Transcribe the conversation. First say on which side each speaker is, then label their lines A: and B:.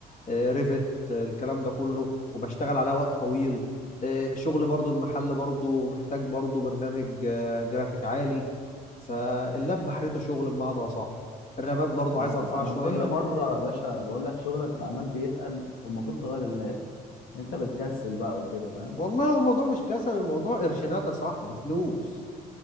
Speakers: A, on the left; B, on the left.
A: آه، ريفت آه، الكلام ده كله وبشتغل عليها وقت طويل آه، شغل برضو المحل برضو محتاج برضو برنامج آه، جرافيك عالي فاللاب بحرته شغل بمعنى اصح الرامات برضو عايز
B: اه
A: ارفعها
B: انا
A: شويه
B: كل مرة يا باشا بقول لك شغلك بقى عمال بيتقل والمفروض تغير اللاب انت بتكسل بقى وكده فاهم؟
A: والله هو الموضوع مش كسل الموضوع قرشينات يا صاحبي فلوس